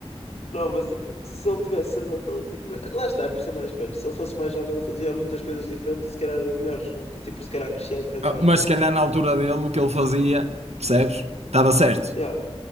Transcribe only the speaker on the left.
não, mas tipo, se ele tivesse a mentalidade, tipo, lá está, é por ser mais velho. Se ele fosse mais jovem, ele fazia muitas coisas diferentes e se calhar eram melhores. Nunca- Tipo, se calhar crescia a empresa
mais
rápido.
Yeah.